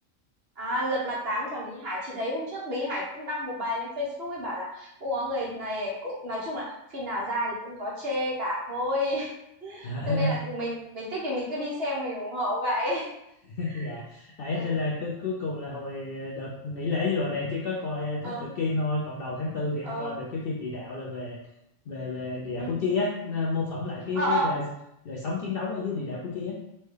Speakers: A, on the right; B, on the left.
A: à Lật Mặt Tám của Lý Hải chị thấy hôm trước Lý Hải cũng đăng một bài lên Facebook ấy bảo là cũng có người này cũng nói chung là phim nào ra thì cũng có chê cả thôi <laughs>
B: <laughs>
A: cho nên là mình mình thích thì mình cứ đi xem mình ủng hộ vậy
B: <laughs> dạ
A: <laughs>
B: đấy
A: ừ
B: nên là cuối cuối cùng là hồi ờ, đợt nghỉ lễ vừa rồi là em chỉ có coi ờ,
A: ờ
B: Thám Tử Kiên thôi còn đầu tháng tư thì em
A: ờ
B: coi được cái phim địa đạo là về về về địa đạo
A: ừ.
B: Củ Chi á nó mô phỏng lại cái
A: Ờ.
B: cái
A: Ờ.
B: đời đời sống chiến đấu ở dưới địa đạo Củ Chi á